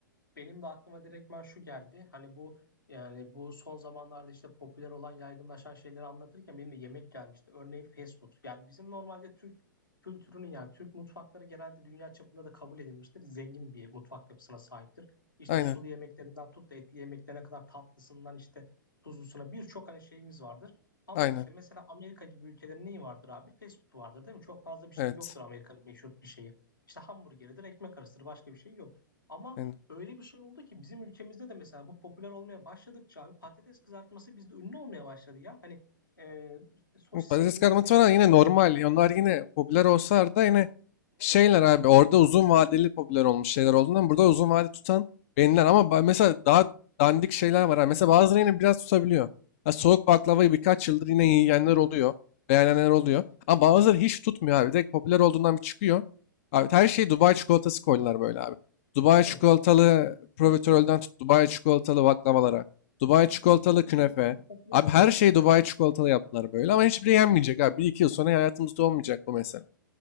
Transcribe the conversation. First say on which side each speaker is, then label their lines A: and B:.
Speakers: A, on the left; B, on the left.
A: Benim de aklıma direktmen şu geldi. Hani bu yani bu son zamanlarda işte popüler olan yaygınlaşan şeyleri anlatırken benim de yemek gelmişti. Örneğin fast food. Yani bizim normalde Türk kültürünün yani Türk mutfakları genelde dünya çapında da kabul edilmiştir. Zengin bir mutfak yapısına sahiptir. İşte
B: Aynen,
A: sulu yemeklerinden tut da etli yemeklerine kadar tatlısından işte tuzlusuna birçok hani şeyimiz vardır. Ama
B: aynen.
A: işte mesela Amerika gibi ülkelerin neyi vardır abi? Fast food vardır değil mi? Çok fazla bir şey
B: Evet.
A: yoktur Amerika'nın meşhur bir şeyi. İşte hamburgeridir, ekmek arasıdır, başka bir şey yok. Ama
B: Yani,
A: Öyle bir şey oldu ki bizim ülkemizde de mesela bu popüler olmaya başladıkça abi patates kızartması bizde ünlü olmaya başladı ya. Hani e, sosis
B: bu patates
A: ekmek
B: kızartması
A: ne
B: falan
A: bileyim
B: yine
A: işte.
B: normal. Onlar yine popüler olsalar da yine şeyler
A: Evet.
B: abi orada uzun vadeli popüler olmuş şeyler olduğundan burada uzun vade tutan beğeniler. Ama ba- mesela daha dandik şeyler var. ha. Mesela bazıları yine biraz tutabiliyor. Ha, soğuk baklavayı birkaç yıldır yine yiyenler oluyor.
A: <laughs>
B: Beğenenler oluyor. Ama bazıları hiç tutmuyor abi. Direkt popüler olduğundan bir çıkıyor. Abi her şeyi Dubai çikolatası koydular böyle abi. Dubai
A: Evet.
B: çikolatalı profiterolden tut Dubai çikolatalı baklavalara. Dubai çikolatalı
A: Çünkü
B: künefe.
A: bakıyor ki popüler
B: Abi
A: oldu.
B: her şeyi Dubai çikolatalı yaptılar böyle ama hiçbiri yenmeyecek abi. Bir iki yıl sonra hayatımızda olmayacak bu mesele.